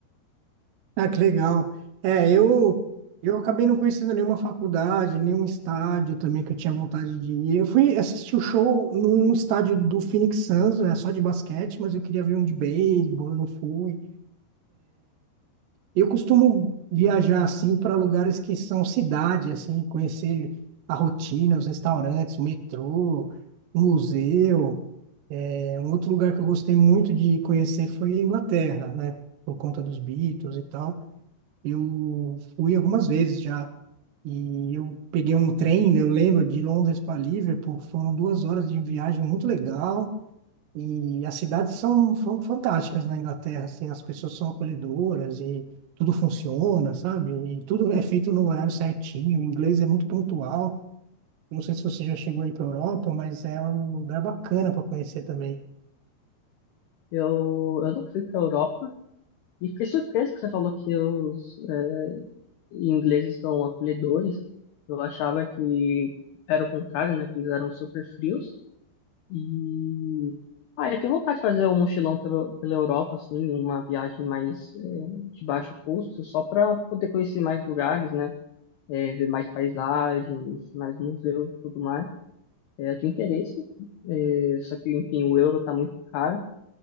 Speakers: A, on the right; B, on the left.
A: Ah, que legal. É, eu, eu acabei não conhecendo nenhuma faculdade, nenhum estádio também que eu tinha vontade de ir. Eu fui assistir o show num estádio do Phoenix Suns, é só de basquete, mas eu queria ver um de beisebol, eu não fui. Eu costumo viajar assim para lugares que são cidade, assim, conhecer a rotina, os restaurantes, o metrô, o museu. É, um outro lugar que eu gostei muito de conhecer foi a Inglaterra, né? Por conta dos Beatles e tal. Eu fui algumas vezes já e eu peguei um trem, né, eu lembro, de Londres para Liverpool. Foram duas horas de viagem muito legal. E as cidades são, são fantásticas na Inglaterra, assim, as pessoas são acolhedoras e tudo funciona, sabe? E tudo é feito no horário certinho, o inglês é muito pontual. Não sei se você já chegou aí para Europa, mas é um lugar bacana para conhecer também.
B: Eu, eu não fui para a Europa e fiquei surpreso que você falou que os eh, ingleses são acolhedores. Eu achava que era o contrário, né? Que eles eram super frios. E ah, eu tenho vontade de fazer um mochilão pelo, pela Europa, assim, uma viagem mais eh, de baixo custo, só para poder conhecer mais lugares, né? eh, ver mais paisagens, mais museus, e tudo mais. É, eu tenho interesse, é, só que, enfim, o euro tá muito caro.